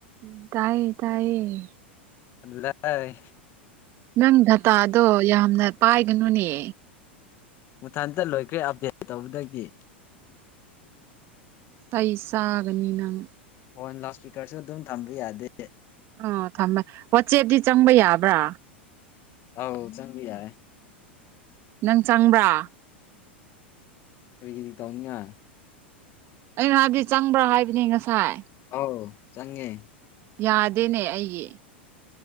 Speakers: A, on the right; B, on the left.
A: ꯎꯝ ꯇꯥꯏꯌꯦ ꯇꯥꯏꯌꯦ
B: ꯂꯩ
A: ꯅꯪ ꯗꯇꯥꯗꯣ ꯌꯥꯝ ꯌꯥꯝꯅ ꯄꯥꯏꯒꯅꯨꯅꯦ
B: ꯃꯨꯊꯟꯇ ꯂꯣꯏꯈ꯭ꯔꯦ ꯑꯞꯗꯦꯟ ꯇꯧꯕꯗꯒꯤ
A: ꯐ ꯆꯥꯕꯅꯤ ꯅꯪ
B: ꯐꯣꯟ ꯂꯥꯎꯠ ꯏꯁꯄꯤꯀꯔꯁꯨ ꯑꯗꯨꯝ ꯊꯝꯕ ꯌꯥꯗꯦ
A: ꯑꯣ ꯊꯝꯃꯦ ꯋꯥꯆꯦꯠꯗꯤ ꯆꯪꯕ ꯌꯥꯕ꯭ꯔꯥ
B: ꯑꯥꯎ ꯆꯪꯕꯤ ꯌꯥꯔ
A: ꯅꯪ ꯆꯪꯕ꯭ꯔꯥ
B: ꯀꯔꯤꯒꯤꯗꯤ ꯇꯧꯅꯤꯡꯉ
A: ꯑꯩꯅ ꯍꯥꯏꯕꯗꯤ ꯆꯪꯕ꯭ꯔꯥ ꯍꯥꯏꯕ ꯑꯗꯨ ꯌꯦ ꯉꯁꯥꯏ
B: ꯍ ꯆꯪꯦ
A: ꯌꯥꯗꯦꯅꯦ ꯑꯩꯒꯤ